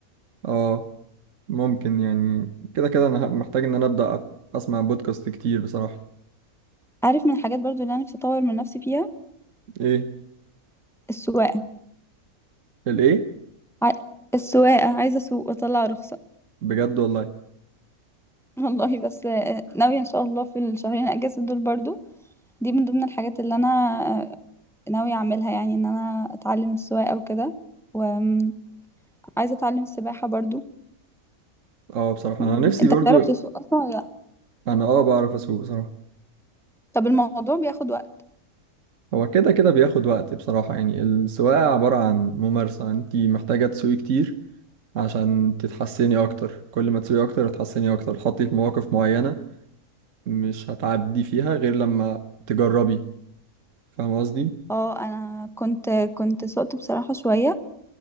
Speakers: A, on the right; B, in the centre.
A: اه ممكن يعني كده كده انا محتاج ان انا ابدا اسمع بودكاست كتير بصراحة
B: عارف من الحاجات برضو اللي انا نفسي اطور من نفسي فيها
A: ايه
B: السواقة
A: الايه
B: ع... السواقة عايزة اسوق واطلع رخصة
A: بجد والله
B: <laughs> والله بس آه، ناوية ان شاء الله في الشهرين اجازة دول برضو دي من ضمن الحاجات اللي انا آه، ناوية اعملها يعني ان انا اتعلم السواقة وكده وعايزة اتعلم السباحة برضو
A: اه بصراحة
B: م،
A: انا نفسي
B: انت
A: برضو
B: بتعرف تسوق اصلا ولا لا
A: انا اه بعرف اسوق بصراحة
B: طب الموضوع بياخد وقت
A: هو كده كده بياخد وقت بصراحة يعني السواقة عبارة عن ممارسة انت محتاجة تسوقي كتير عشان تتحسني اكتر كل ما تسوقي اكتر هتحسني اكتر تحطي في مواقف معينة مش هتعدي فيها غير لما تجربي فاهم قصدي
B: اه انا كنت كنت سقت بصراحة شوية